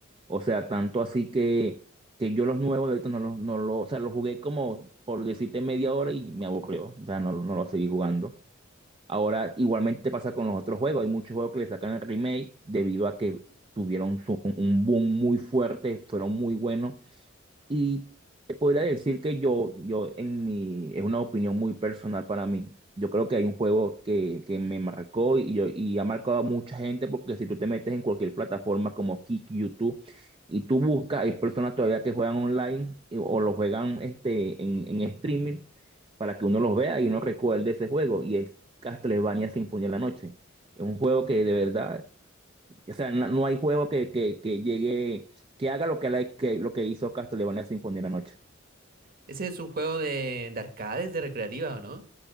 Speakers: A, on the right (about 25°); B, on the right (about 45°).
A: O sea, tanto así que, que yo los nuevos de ahorita no los, no los, o sea, los jugué como por decirte media hora y me aburrió. O sea, no, no los seguí jugando. Ahora, igualmente pasa con los otros juegos. Hay muchos juegos que le sacan el remake debido a que tuvieron su- un boom muy fuerte, fueron muy buenos y te podría decir que yo, yo en mi, es una opinión muy personal para mí. Yo creo que hay un juego que, que me marcó y, yo, y ha marcado a mucha gente porque si tú te metes en cualquier plataforma como Kick, YouTube, y tú buscas, hay personas todavía que juegan online y- o lo juegan este, en, en streaming para que uno los vea y uno recuerde ese juego. Y es Castlevania Sinfonía de la Noche. Es un juego que de verdad o sea, no, no hay juego que, que, que llegue, que haga lo que, la- que- lo que hizo Castlevania Sinfonía de la noche.
B: Ese es un juego de, de arcades, de recreativa, ¿o no?